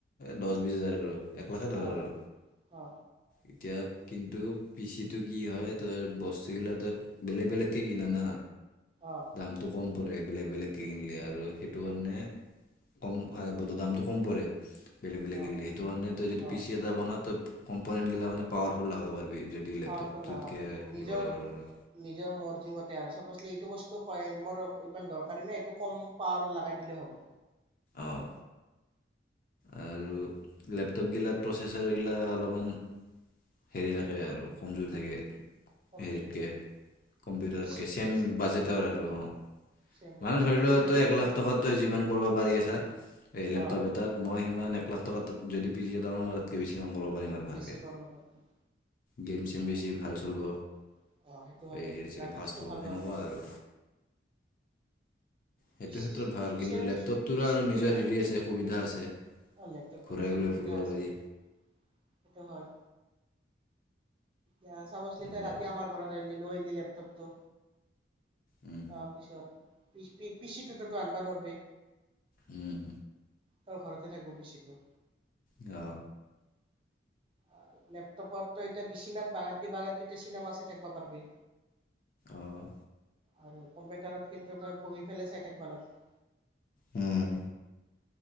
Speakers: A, on the left (about 45°); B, on the right (about 30°).
A: দহ বিছ হাজাৰ ভিতৰত এক লাখে ধৰ
B: অ',
A: আৰু
B: অ',
A: এতিয়া কিন্তু পিচিটো কি হয় তই বস্তুগিলা তই বেলেগ বেলেগকে কিনা না?
B: অ',
A: দামটো কম পৰে বেলেগ বেলেগকৈ কিনিলে আৰু সেইটো কাৰণে, কম বৰ দামটো কম পৰে সেইটো
B: অ',
A: কাৰণে তই যদি
B: অ',
A: পি চি এটা বনা তই কমপনেন্টগিলা মানে পা <unintelligible> যদি
B: পাৱাৰফুল
A: লেপটপটোতকে
B: লগাব পাৰি
A: সেইটো
B: নিজৰ
A: কৰিব পাৰা আৰু
B: নিজৰ মৰ্জিমতে আৰু চাপ'চলি এইটো বস্তু কয়ে, মোৰ ইমান দৰকাৰী নাই এইটো কম পাৱাৰত লগাই দিলে হ'ব
A: অঁ আৰু লেপটপগিলাত প্ৰচেচাৰগিলা অলপমান হেৰি থাকে আৰু কমজোৰি থাকে
B: কম
A: হেৰিতকৈ,
B: যদি থাকে
A: কম্পিউটাৰতকৈ
B: পি চিতকে
A: ছেম বাজেটৰ আৰু, অঁ
B: ছেম বাজেটৰ
A: মানে ধৰি
B: পি
A: লোৱা
B: চি ওলাইছো
A: ত এক লাখ টকো যিমান কৰিব পাৰি আছা, এই লেপটপ
B: অ',
A: এটাত মই সিমান এক লাখ টকা তাত যদি পিচি এটা নহয় তাতকে বেছি <unintelligible> ভালকৈ
B: বেছি কৰিব পাৰ,
A: গেম চেম
B: অঁ
A: বেছি
B: সেইটো
A: ভাল চলিব
B: হ, অঁ সেইটো হয়
A: এই
B: কিন্তু
A: হেৰি চেৰি
B: গ্ৰাফিক্সটো
A: ফাষ্ট হ'ব
B: ভাল
A: সেনেকুৱা
B: পাবি।
A: আৰু সেইটো
B: পি চি
A: ক্ষেত্ৰত ভাল
B: পি
A: কিন্তু
B: চি উ
A: লেপটপটোৰো
B: লিছো পি
A: আৰু
B: চিটোৱে
A: নিজৰ
B: ভাল
A: হেৰি আছে সুবিধা আছে
B: আৰু লেপটপটোত
A: ঘূৰাই
B: নিজৰ
A: ঘূৰাই
B: সুবিধা
A: ফুৰিব
B: আছে,
A: পাৰি
B: সেইটো হয় য়া চাবচলি
A: এনেকুৱা
B: তাই ৰাতি
A: আৰু
B: আমাৰ ঘৰত আহিলি লৈ আহিলি লেপ তবটো
A: উম,
B: তাৰপিছত পি পিচিটোতো আনবা নোৱাৰবি।
A: উম
B: ত ঘৰতে থাকিব পিচিটো
A: গ
B: আৰু লেপটেপত তই এতিয়া বিচনাাত বাগাদি বাগাত দিতে চিনেমা চাই থাকিব পাৰবি
A: অঁ
B: আৰু কম্পিউটাৰত কিন্তু তই বহি ফেলাই চাই থাকিব লাগ ব
A: উম